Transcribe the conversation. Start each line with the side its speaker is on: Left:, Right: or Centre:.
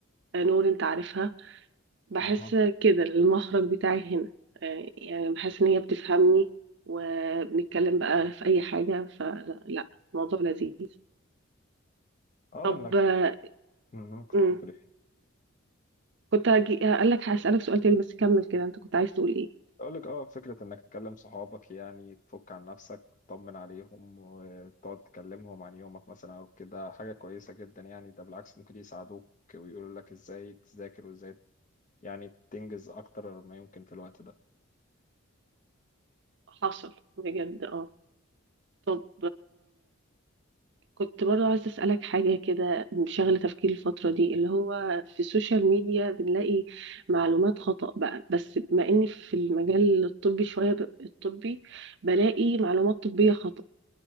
Right: آه، نور أنت عارفها بحس
Left: اها
Right: كده المخرج بتاعي هنا آه، يعني بحس ان هي بتفهمني وبنتكلم بقى في اي حاجة فلا الموضوع لذيذ
Left: اه
Right: طب
Left: انك
Right: آه،
Left: مهم. كنت
Right: مم،
Left: بتقولي
Right: كنت هجي اقول لك هسألك سؤال تاني بس كمل كده انت كنت عايز تقول ايه
Left: اقول لك اه فكره انك تكلم صحابك يعني تفك عن نفسك تطمن عليهم وتقعد تكلمهم عن يومك مثلا او كده حاجه كويسه جدا يعني ده بالعكس ممكن يساعدوك ويقولوا لك ازاي تذاكر وازاي يعني تنجز اكتر ما يمكن في الوقت ده
Right: حصل بجد اه طب كنت برضو عايزة أسألك حاجة كده شغلة تفكيري الفترة دي اللي هو في السوشيال ميديا بنلاقي معلومات خطأ بقى بس بما إني في المجال الطبي شوية ب- الطبي بلاقي معلومات طبية خطأ